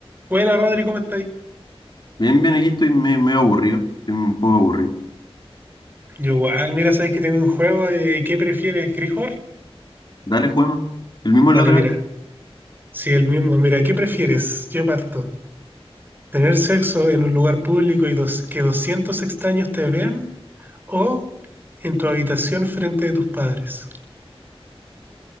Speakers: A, on the right; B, on the left.
A: Buena, Rodri, ¿cómo estáis?
B: Bien, bien, aquí estoy me- medio aburrido. Estoy un poco aburrido.
A: Yo igual, mira, sabes que tengo un juego de ¿qué prefieres? ¿Querés jugar?
B: Dale, juguemos. ¿El mismo
A: Vale,
B: de la otra
A: mira,
B: vez?
A: sí, el mismo. Mira, ¿qué prefieres? Yo parto. ¿Tener sexo en un lugar público y dos, que 200 extraños te vean? ¿O en tu habitación frente de tus padres?